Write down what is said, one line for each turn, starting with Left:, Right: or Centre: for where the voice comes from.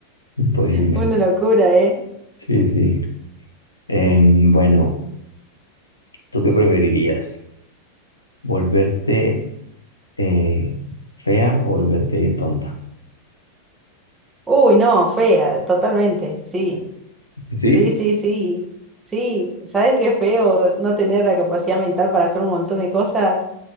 Left: Imposible.
Right: Una locura, ¿eh?
Left: Sí, sí. Em, bueno, ¿tú qué preferirías? ¿Volverte eh, fea o volverte tonta,
Right: Uy, no, fea, totalmente, sí,
Left: ¿sí?
Right: sí, sí, sí, sí, ¿sabes qué feo no tener la capacidad mental para hacer un montón de cosas?